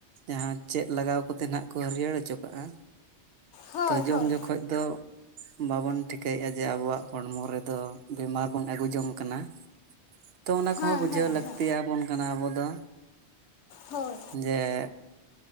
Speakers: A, on the right (about 65°); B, on the left (about 85°).
A: ᱡᱟᱦᱟᱸ ᱪᱮᱫ ᱞᱟᱜᱟᱣ ᱠᱚᱛᱮ ᱱᱟᱸᱜ ᱠᱚ ᱦᱟᱹᱨᱭᱟᱹᱲ ᱦᱚᱪᱚ ᱠᱟᱜ-ᱟ
B: ᱦᱳᱭ
A: ᱛᱚ
B: ᱦᱳᱭ
A: ᱡᱚᱢ ᱡᱚ ᱠᱷᱚᱡ ᱫᱚ ᱵᱟᱵᱚᱱ ᱴᱷᱤᱠᱟᱹᱭᱮᱜ-ᱟ ᱡᱮ ᱟᱵᱚᱣᱟᱜ ᱦᱚᱲᱢᱚ ᱨᱮ ᱫᱚ ᱵᱤᱢᱟᱨ ᱵᱚᱱ ᱟᱹᱜᱩ ᱡᱚᱝ ᱠᱟᱱᱟ᱾ ᱛᱚ ᱚᱱᱟ
B: ᱦᱮᱸ
A: ᱠᱚᱦᱚᱸ ᱵᱩᱡᱷᱟᱹᱣ
B: ᱦᱮᱸ
A: ᱞᱟᱹᱠᱛᱤᱭᱟᱵᱚᱱ
B: ᱦᱮᱸ
A: ᱠᱟᱱᱟ ᱟᱵᱚ ᱫᱚ᱾
B: ᱦᱳᱭ᱾
A: ᱡᱮ